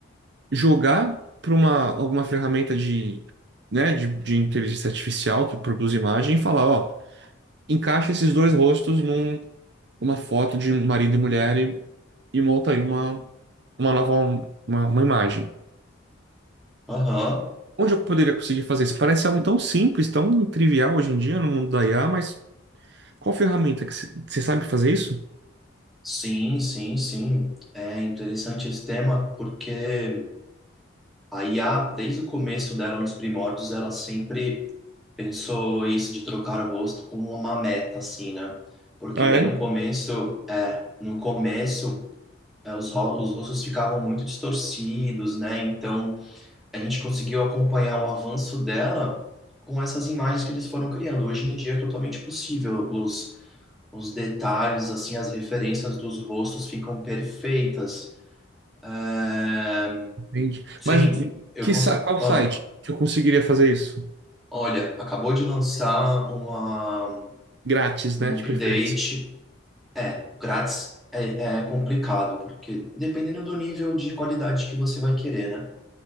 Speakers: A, on the right (about 55°); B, in the centre.
A: jogar para uma alguma ferramenta de, né, de, de inteligência artificial que produz imagem e falar, ó, encaixa esses dois rostos num uma foto de marido e mulher e, e monta aí uma uma nova uma, uma imagem.
B: Aham.
A: Onde eu poderia conseguir fazer isso? Parece algo tão simples, tão trivial hoje em dia no mundo da IA, mas qual ferramenta que você sabe fazer isso?
B: Sim, sim, sim. É interessante esse tema porque a IA, desde o começo dela, nos primórdios, ela sempre pensou isso de trocar o rosto como uma meta, assim, né? Porque
A: Ah,
B: bem
A: é?
B: no começo, é, no começo, é, os, ro- os rostos ficavam muito distorcidos, né? Então, a gente conseguiu acompanhar o avanço dela com essas imagens que eles foram criando. Hoje em dia é totalmente possível. Os, os detalhes, assim, as referências dos rostos ficam perfeitas. É,
A: entende?
B: Sim,
A: Mas
B: eu
A: que,
B: cons...
A: sa- qual
B: ah,
A: site que eu conseguiria fazer isso?
B: olha, acabou de lançar uma,
A: Grátis,
B: um
A: né? De
B: update.
A: preferência.
B: É, o grátis é, é complicado, porque dependendo do nível de qualidade que você vai querer, né?